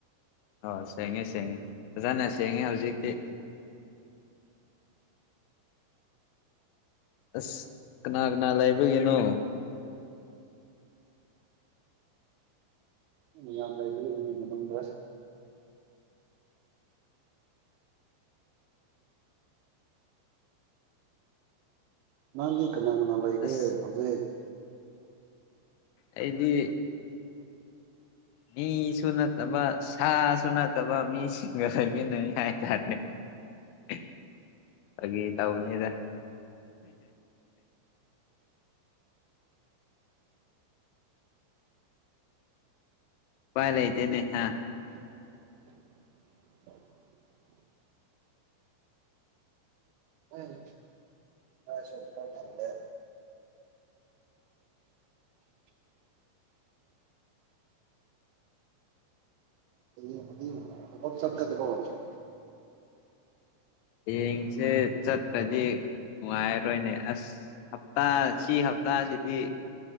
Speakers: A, on the left; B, on the right.
A: ꯑꯣ ꯁꯦꯡꯉꯦ ꯁꯦꯡꯉꯦ ꯐꯖꯥꯅ ꯁꯦꯡꯉꯦ ꯍꯧꯖꯤꯛꯇꯤ ꯑꯁ ꯀꯅꯥ ꯀꯅꯥ ꯂꯥꯏꯕꯒꯤꯅꯣ
B: ꯃꯤ ꯌꯥꯝ ꯂꯩꯕꯒꯤꯅꯤ ꯃꯅꯨꯡꯗ ꯅꯪꯗꯤ ꯀꯅꯥ ꯀꯅꯥ ꯂꯩꯒꯦ
A: ꯑꯁ
B: ꯍꯧꯖꯤꯛ
A: ꯑꯩꯗꯤ ꯃꯤꯁꯨ ꯅꯠꯇꯕ ꯁꯥꯁꯨ ꯅꯠꯇꯕ ꯃꯤꯁꯤꯡꯒ ꯂꯩꯃꯤꯟꯅꯩ ꯍꯥꯏꯇꯥꯔꯦ <unintelligible> ꯐꯥꯒꯤ ꯇꯧꯃꯤꯗ ꯎꯄꯥꯏ ꯂꯩꯇꯦꯅꯦ ꯍꯥ
B: <unintelligible> ꯃꯥꯏ ꯆꫭꯞꯄ ꯉꯝꯗ‌ꯦ <unintelligible> ꯍꯥꯌ‌ꯦꯡꯗꯤ ꯊꯕꯛ ꯆꯠꯀꯗ꯭ꫪꫭ
A: ꯍꯌꯦꯡꯁꯦ ꯆꯠꯇ‍꯭ꯔꯗꯤ ꯅꯨꯡꯉꯥꯏꯔꯣꯏꯅꯦ ꯑꯁ ꯍꯞꯇꯥ ꯁꯤ ꯍꯞꯇꯥꯁꯤꯗꯤ